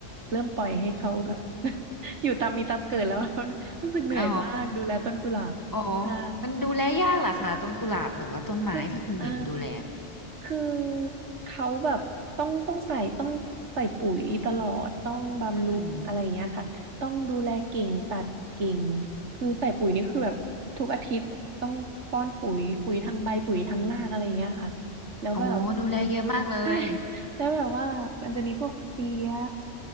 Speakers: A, on the right; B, on the left.
A: เริ่มปล่อยให้เขาแบบ <laughs> อยู่ตามมีตามเกิดแล้ว <laughs> รู้สึกเหนื่อยมากดูแลต้นกุหลาบใช่
B: อ๋ออ๋อมันดูแลยากเหรอคะต้นกุหลาบหรือว่าต้นไม้ที่คุณบิ่มดูแล
A: คืออ่าคือเขาแบบต้องต้องใส่ต้องใส่ปุ๋ยตลอดต้องบำรุงอะไรอย่างเงี้ยค่ะต้องดูแลกิ่งตัดกิ่ง
B: อืม
A: คือใส่ปุ๋ยนี่คือแบบทุกอาทิตย์ต้องป้อนปุ๋ยปุ๋ยทางใบปุ๋ยทางรากอะไรอย่างเงี้ยค่ะแล้วแบบ
B: อ๋อดูแลเยอะมากเลย
A: ใช่แล้วแบบว่ามันจะมีพวกเพลี้ย